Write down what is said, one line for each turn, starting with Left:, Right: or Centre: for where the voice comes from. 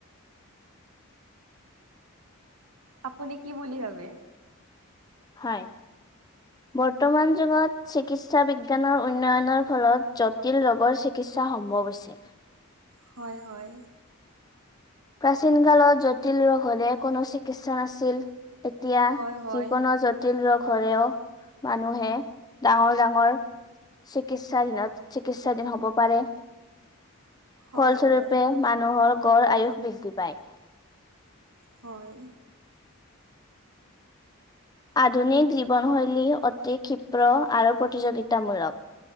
Right: আপুনি কি বুলি ভাবে?
Left: হয়। বৰ্তমান যুগত চিকিৎসা বিজ্ঞানৰ উন্নয়নৰ ফলত যত জটিল ৰোগৰ চিকিৎসাৰ সম্ভৱ হৈছে।
Right: হয়, হয়।
Left: প্ৰাচীন কালত জটিল ৰোগ হ'লে কোনো চিকিৎসা নাছিল। এতিয়া
Right: হয় হয়
Left: যিকোনো জট টিল ৰোগ হ'লেও মানুহে ডাঙৰ ডাঙৰ চিকিৎসাধিনত চিকিৎসাধীন হ'ব পাৰে।
Right: হয়
Left: ফলস্বৰূপে
Right: হয়
Left: মানুহৰ গড় আয়ুস বৃদ্ধি পায়।
Right: হয়।
Left: আধুনিক জীৱনশৈলী অতি ক্ষীপ্ৰ আৰু প্ৰতিযোগিতামূলক।